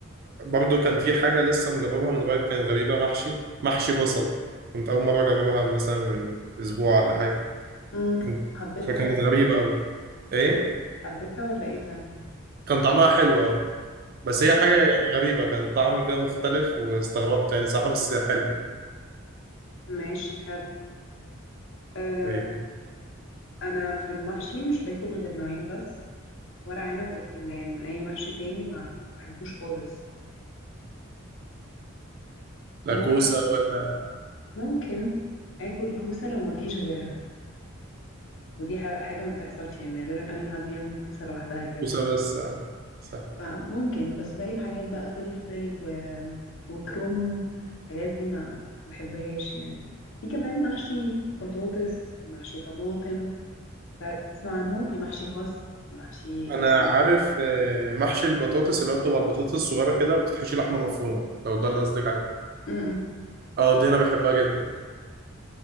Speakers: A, on the right; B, on the left.
A: برضو كان في حاجة لسه مجربها من قريب كانت غريبة محشي محشي بصل كنت أول مرة أجربها مثلا من أسبوع ولا حاجة
B: امم
A: كنت
B: حبيتها
A: فكانت
B: طب ولا
A: غريبة
B: ايه
A: أوي إيه
B: حبيتها ولا ايه طيب
A: كان طعمها حلو أه بس
B: مم،
A: هي حاجة يعني غريبة كان طعم كده مختلف واستغربت يعني صح بس حلو
B: ماشي حلو أه
A: إيه،
B: انا في المحشي مش باكل غير نوعين بس ورق عنب وبتنجان اي محشي تاني ما بحبوش خالص
A: لا
B: ممكن
A: كوسة ولا
B: ممكن اكل كوسة لو ما فيش غيرها ودي ح- حاجة ما بتحصلش يعني نادرا قوي ما حد يعمل كوسة لوحدها كده
A: كوسة بس آه، صح
B: فممكن بس باقي الحاجات بقى فلفل و... وكرومب الحاجات دي ما بحبهاش يعني في كمان محشي بطاطس في محشي طماطم ت- تسمع عنهم في محشي خس في محشي م-
A: أنا عارف آه، محشي البطاطس اللي هو بتبقى البطاطس الصغيرة كده وبتتحشي لحمة مفرومة لو ده اللي قصدك عليه
B: م- م.
A: أه دي أنا بحبها جدا